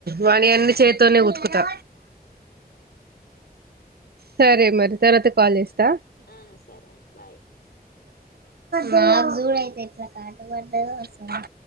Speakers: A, on the right; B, on the left.
A: వానీ అన్ని చేతోనే ఉతుకుతా
B: ఉమ్
A: సరే మరి తర్వాత కాల్ చేస్తా
B: ఆ సరే అండి బాయ్
A: బాయ్ ధన్వాద